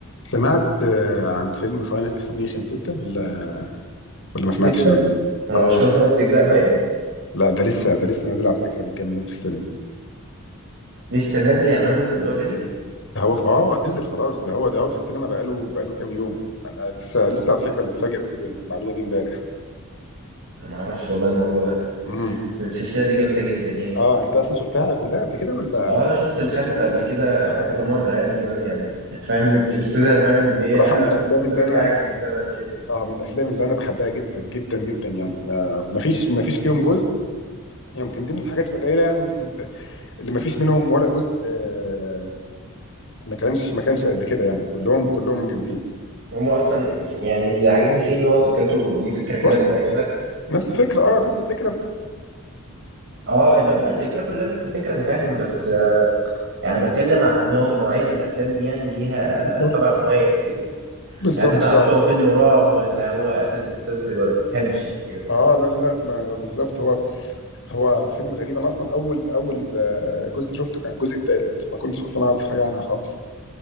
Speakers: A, on the left (about 60°); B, on the right (about 55°).
A: سمعت آه، عن فيلم فاينل ديستنيشن 6 ولا ولا ما سمعتش
B: ستة
A: منه؟
B: هو
A: اه
B: مش كده خمس أجزاء باين
A: لا ده لسه ده لسه نازل على فكرة من كام يوم في السينما
B: لسه نازل يعني هو نزل اوريدي
A: ده هو في... اه نزل خلاص ده هو ده هو في السينما بقاله بقاله كام يوم انا لسه لسه على فكرة متفاجئ بالمعلومة دي امبارح
B: أنا ما أعرفش والله الموضوع ده
A: امم
B: بس السلسلة دي جامدة جدا يعني
A: اه انت اصلا شفتها كلها قبل كده ولا
B: اه شفت الخمسة قبل كده
A: اه
B: كذا مرة يعني كمان يعني <laughs> فاهم
A: من
B: السلسلة
A: بس-
B: فاهم اللي
A: الصراحة
B: هي
A: من الافلام
B: بترجعك
A: اللي انا
B: للزمن كده
A: اه من الافلام اللي انا بحبها جدا جدا جدا يعني ما ما فيش ما فيش فيهم جزء يمكن دي من الحاجات القليلة يعني اللي ما فيش منهم ولا جزء آه، ما كانش ما كانش قد كده يعني كلهم كلهم جامدين
B: هما اصلا يعني اللي عاجبني فيه ان هو فكرته ليه فكره كده
A: رحت
B: مميزه
A: نفس الفكره اه نفس الفكره
B: اه اللي هو الاجزاء كلها نفس الفكره انا فاهم بس آه، يعني بتكلم عن نوع نوعيه الافلام دي يعني ليها
A: بالظبط
B: طابع مميز كده
A: بالظبط
B: يعني انت ما بتعرفش
A: فعلا
B: هو فيلم رعب ولا هو قتل متسلسل ولا تفهمش يعني ايه ده بالظبط
A: اه لا لا لا ما بالظبط هو هو فيلم غريب انا اصلا اول اول آه، جزء شفته كان الجزء الثالث ما كنتش اصلا اعرف حاجه عنها خالص